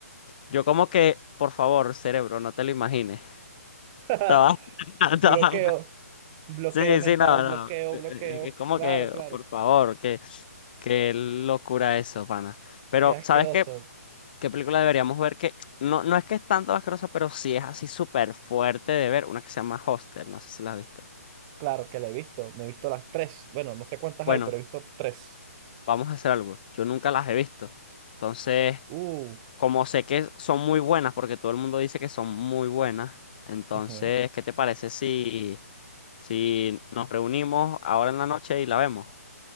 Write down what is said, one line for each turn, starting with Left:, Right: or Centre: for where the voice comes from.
Left: yo como que, por favor, cerebro, no te lo imagines.
Right: <laughs>
Left: Estaba- <laughs> estaba-
Right: Bloqueo, bloqueo
Left: Sí,
Right: mental,
Left: sí, no, no.
Right: bloqueo,
Left: Eh,
Right: bloqueo.
Left: eh, Es como
Right: Claro,
Left: que,
Right: claro.
Left: por favor, que, qué locura eso, pana. Pero,
Right: Qué asqueroso.
Left: ¿sabes qué? ¿Qué película deberíamos ver? Que no, no es que es tanto asquerosa, pero sí es así súper fuerte de ver. Una que se llama Hostel, no sé si la has visto.
Right: Claro que la he visto. Me he visto las tres. Bueno, no sé cuántas
Left: Bueno,
Right: hay, pero he visto tres.
Left: vamos a hacer algo. Yo nunca las he visto. Entonces,
Right: Uh,
Left: como sé que son muy buenas, porque todo el mundo dice que son muy buenas, entonces,
Right: ujú.
Left: ¿qué te parece si... Si nos reunimos ahora en la noche y la vemos.